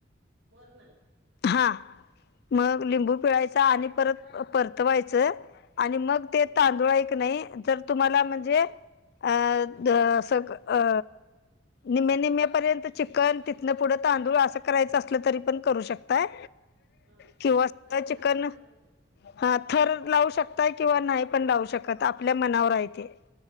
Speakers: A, on the right; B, on the left.
A: वर ना
B: हा मग लिंबू पिळायचा आणि परत परतवायचं आणि मग ते तांदुळ हाय क नई जर तुम्हाला
A: शिजलेलं
B: म्हणजे अ द स क अ निम्मे निम्मेपर्यंत चिकन तिथनं पुढं तांदूळ असं करायचं असलं तरी पण करू शकताय
A: हा
B: किंवा सगळ
A: म्हणजे
B: चिकन
A: थर लावण्यासाठी
B: हा थर लावू शकताय किंवा नाही पण लावू शकत आपल्या मनावर आहे तेे.